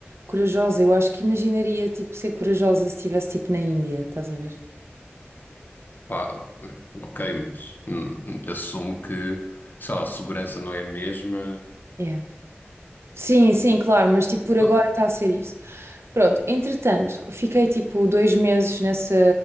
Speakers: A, on the right; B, on the left.
A: corajosa. Eu acho que imaginaria, tipo, ser corajosa se estivesse, tipo, na Índia, estás a ver?
B: Pá, ok, mas hum, assumo que, sei lá, a segurança não é a mesma.
A: Yeah. Sim, sim, claro, mas tipo, por agora
B: Ah,
A: está a ser isso. Pronto, entretanto, fiquei tipo dois meses nessa,